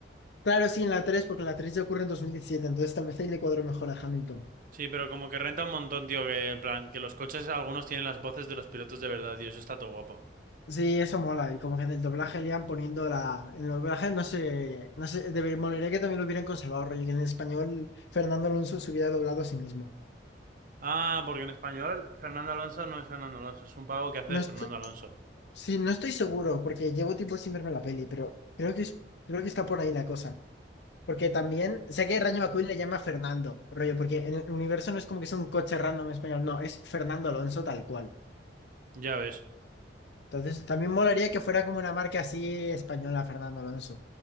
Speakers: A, on the left; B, on the right.
A: claro, sí, en la 3 porque en la 3 ya ocurre en 2017, entonces tal vez ahí le cuadro mejor a Hamilton.
B: Sí, pero como que renta un montón, tío, que en plan, que los coches algunos tienen las voces de los pilotos de verdad, tío, eso está todo guapo.
A: Sí, eso mola. Y como que en el doblaje le iban poniendo la. En el doblaje no sé. No sé. De... Molaría que también lo hubieran conservado. rollo, que En español, Fernando Alonso se hubiera doblado a sí mismo.
B: Ah, porque en español Fernando Alonso no es Fernando Alonso, es un pavo que hace
A: No
B: de
A: estoy...
B: Fernando Alonso.
A: Sí, no estoy seguro, porque llevo tiempo sin verme la peli, pero creo que es... creo que está por ahí la cosa. Porque también. Sé que Rayo McQueen le llama Fernando, rollo, porque en el universo no es como que es un coche random en español, no, es Fernando Alonso tal cual.
B: Ya ves.
A: Entonces, también molaría que fuera como una marca así española, Fernando Alonso,